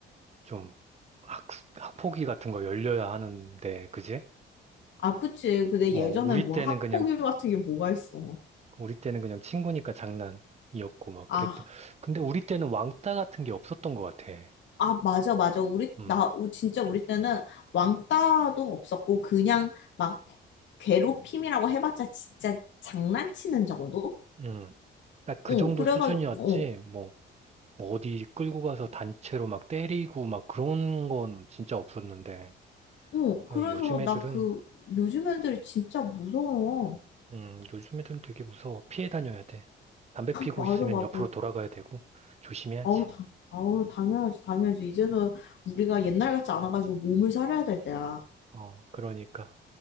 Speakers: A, on the right; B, on the left.
A: 좀 학, 학폭위 같은 거 열려야 하는데, 그지?
B: 아, 그치. 근데
A: 어,
B: 예전에
A: 우리
B: 뭐
A: 때는
B: 학폭위
A: 그냥,
B: 같은 게 뭐가 있어.
A: 우리 때는 그냥 친구니까 장난이었고 막
B: 아,
A: 그랬던. 근데 우리 때는 왕따 같은 게 없었던 것 같아.
B: 아, 맞아, 맞아. 우리,
A: 음.
B: 나, 우- 진짜 우리 때는 왕따도 없었고, 그냥 막 괴롭힘이라고 해봤자 진짜 장난치는 정도?
A: 음, 딱 그
B: 어,
A: 정도
B: 그래가,
A: 수준이었지,
B: 어,
A: 뭐, 어디 끌고 가서 단체로 막 때리고 막 그런 건 진짜 없었는데,
B: 어,
A: 아,
B: 그래서
A: 요즘 애들은,
B: 나 그, 요즘 애들이 진짜 무서워.
A: 음, 요즘 애들은 되게 무서워. 피해 다녀야 돼. 담배 피고
B: 맞아,
A: 있으면
B: 맞아.
A: 옆으로 돌아가야 되고, 조심해야지.
B: 아우, 당, 아우, 당연하지, 당연하지. 이제는 우리가 옛날 같지 않아가지고 몸을 사려야 될 때야.
A: 어, 그러니까.